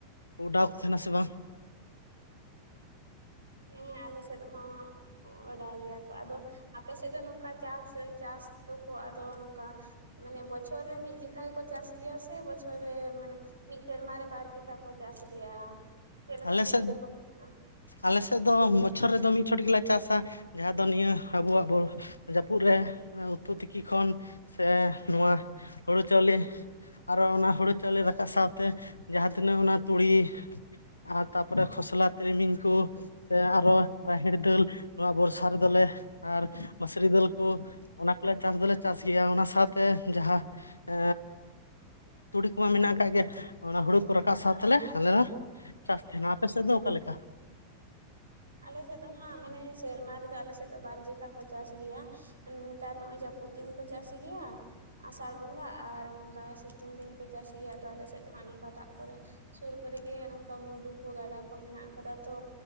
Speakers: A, on the left (about 80°); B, on the right (about 80°).
A: ᱚᱰᱟᱣ ᱠᱚ ᱛᱟᱦᱮᱱᱟ ᱥᱮ ᱵᱟᱝ?
B: ᱦᱮᱸ ᱟᱞᱮ ᱥᱮᱫ ᱦᱚᱸ ᱚᱰᱟᱭ ᱜᱮᱭᱟ ᱠᱚ ᱟᱫᱚ, ᱟᱯᱮ ᱥᱮᱫ ᱫᱚ ᱱᱚᱝᱠᱟ ᱪᱟᱥ ᱪᱟᱥ ᱫᱚᱠᱚ ᱟᱫᱚ ᱱᱚᱝᱠᱟ ᱢᱟᱱᱮ ᱵᱚᱪᱷᱚᱨ ᱨᱮ ᱢᱤᱫ ᱡᱚᱠᱷᱟ ᱜᱮᱠᱚ ᱪᱟᱥ ᱜᱮᱭᱟ ᱥᱮ ᱵᱚᱪᱷᱚᱨ ᱨᱮ ᱢᱟᱱᱮ ᱢᱤᱫ ᱥᱮᱨᱢᱟ ᱨᱮ ᱵᱟᱨ ᱫᱜᱷᱟ ᱠᱚ ᱪᱟᱥ ᱜᱮᱭᱟ ᱪᱮᱫ ᱞᱮᱠᱟ
A: ᱟᱞᱮ
B: ᱥᱩᱵᱤᱫᱷᱟ
A: ᱥᱮᱫ
B: ᱠᱚ ᱢᱮᱱᱟᱜᱼᱟ
A: ᱟᱞᱮᱥᱮᱫ ᱫᱚ ᱵᱚᱪᱷᱚᱨ ᱨᱮᱫᱚ ᱢᱤᱫ ᱪᱷᱚᱴ ᱜᱮᱞᱮ ᱪᱟᱥᱟ ᱡᱟᱦᱟᱸ ᱫᱚ ᱱᱤᱭᱟᱹ ᱟᱵᱚᱣᱟᱜ ᱡᱟᱹᱯᱩᱫ ᱨᱮ ᱩᱛᱩ ᱛᱤᱠᱤ ᱠᱷᱚᱱ ᱥᱮ ᱱᱚᱣᱟ ᱦᱩᱸᱲᱩ ᱪᱟᱣᱞᱮ ᱟᱨᱚ ᱚᱱᱟ ᱦᱩᱸᱲᱩ ᱪᱟᱣᱞᱮ ᱨᱟᱠᱟᱵ ᱥᱟᱶᱛᱮ ᱡᱟᱦᱟᱸ ᱛᱤᱱᱟᱹᱜ ᱚᱱᱟ ᱛᱩᱲᱤ ᱟᱨ ᱛᱟᱯᱚᱨᱮ ᱠᱷᱚᱥᱞᱟ ᱛᱤᱞᱢᱤᱧ ᱠᱚ ᱥᱮ ᱟᱨᱚ ᱨᱟᱦᱮᱲ ᱫᱟᱹᱞ ᱱᱚᱣᱟ ᱵᱚᱨᱥᱟ ᱨᱮᱫᱚᱞᱮ ᱟᱨ ᱢᱟᱹᱥᱨᱤ ᱫᱟᱹᱞ ᱠᱚ ᱚᱱᱟ ᱠᱚᱞᱮ ᱪᱟᱥ ᱫᱚᱞᱮ ᱪᱟᱥ ᱜᱮᱭᱟ ᱚᱱᱟ ᱥᱟᱶᱛᱮ ᱡᱟᱦᱟᱸ ᱮ ᱛᱩᱲᱤ ᱠᱚᱢᱟ ᱢᱮᱱᱟᱜ ᱟᱠᱟᱫ ᱜᱮᱭᱟ ᱚᱱᱟ ᱦᱩᱲᱩ ᱠᱚ ᱨᱟᱠᱟᱵ ᱥᱟᱶᱛᱮᱞᱮ ᱟᱞᱮ ᱫᱚ ᱪᱟᱥ ᱛᱟᱦᱮᱱᱟ᱾ ᱟᱯᱮ ᱥᱮᱫ ᱫᱚ ᱚᱠᱟ ᱞᱮᱠᱟ?
B: ᱟᱞᱮ ᱥᱮᱫ ᱫᱚ ᱱᱟᱦᱟᱜ ᱢᱟᱱᱮ ᱥᱮᱨᱢᱟ ᱨᱮᱫᱚ ᱟᱞᱮ ᱥᱮᱫ ᱫᱚ ᱵᱟᱨᱡᱚᱷᱟ ᱠᱚ ᱪᱟᱥ ᱜᱮᱭᱟ᱾ ᱱᱮᱛᱟᱨ ᱱᱚᱜᱼᱚᱭ ᱡᱟᱹᱯᱩᱫ ᱫᱤᱱ ᱠᱚ ᱪᱟᱥ ᱜᱮᱭᱟ, ᱟᱸᱥᱟᱲ ᱵᱚᱸᱜᱟ ᱟᱨ ᱱᱚᱝᱠᱟ ᱥᱤᱛᱩᱝ ᱫᱤᱱ ᱠᱚ ᱪᱟᱥ ᱜᱮᱭᱟ ᱟᱫᱚ ᱟᱞᱮ ᱥᱮᱫ ᱫᱚ ᱦᱟᱸᱜ ᱱᱚᱝᱠᱟ ᱫᱟᱜ ᱠᱚᱨᱮ ᱥᱩᱨ ᱠᱚᱨᱮᱜᱮ ᱱᱚᱝᱠᱟ ᱢᱩᱰᱩ ᱠᱚ ᱜᱟᱰᱟ ᱠᱚ ᱢᱮᱱᱟᱜ ᱟᱠᱟᱫᱟ ᱛᱚ